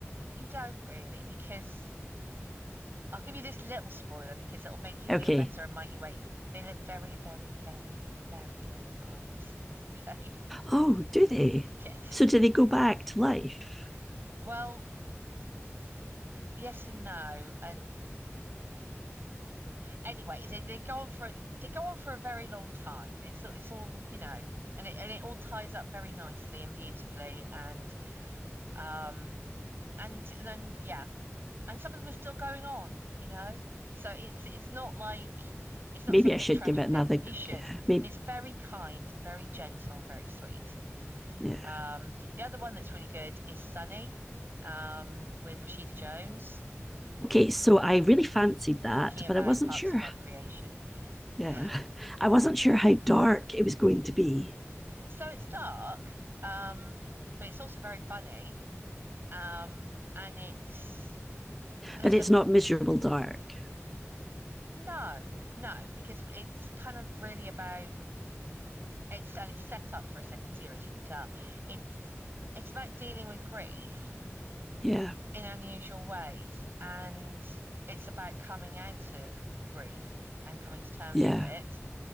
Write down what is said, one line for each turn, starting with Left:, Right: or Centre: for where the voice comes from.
Right: you don't really because I'll give you this little spoiler because it'll make you feel
Centre: Okay.
Right: better and make you wait. They live very very very very long lives. Okay. <laughs>
Centre: Oh, do they?
Right: Yes.
Centre: So do they go back to life?
Right: Well, yes and no, and anyway, they, they go on for they go on for a very long time. It's it's all, you know, and it and it all ties up very nicely and beautifully and um and then yeah. And some of them are still going on, you know. So it's it's not like it's not
Centre: Maybe
Right: some big
Centre: I should
Right: tragic
Centre: give it
Right: thing.
Centre: another.
Right: You should.
Centre: Yeah, maybe.
Right: It's very kind and very gentle and very sweet.
Centre: Yeah.
Right: Um, the other one that's really good is Sunny, um, with Rashida Jones,
Centre: Okay. So I really fancied that,
Right: talking about
Centre: but I wasn't
Right: Parks
Centre: sure.
Right: and Recreation.
Centre: Yeah.
Right: <laughs>
Centre: I wasn't sure how dark it was going to be,
Right: So it's dark, um, but it's also very funny. Um, and it's there's
Centre: but it's
Right: a
Centre: not miserable dark.
Right: no, no, because it's kind of really about it's and it's set up for a second series, you can tell. It's it's about dealing with grief
Centre: Yeah.
Right: in unusual ways, and it's about coming out of grief and coming to terms
Centre: Yeah.
Right: with it,